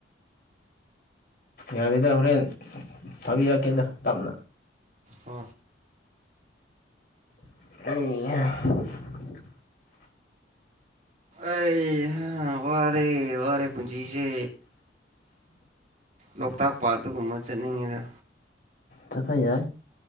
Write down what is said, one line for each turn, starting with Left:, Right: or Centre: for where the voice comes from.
Left: ꯌꯥꯗꯦꯗ ꯍꯣꯔꯦꯟ ꯊꯥꯕꯤ ꯌꯥꯛꯀꯦꯟꯗ ꯇꯝꯅ
Right: ꯎ
Left: ꯑ
Right: ꯑꯩ ꯋꯥꯔꯦ ꯋꯥꯔꯦ ꯄꯨꯟꯁꯤꯁꯦ ꯂꯣꯛꯇꯥꯛ ꯄꯥꯠꯇꯒꯨꯝꯕ ꯆꯠꯅꯤꯡꯉꯤꯗ
Left: ꯆꯄꯥꯏ ꯌꯥ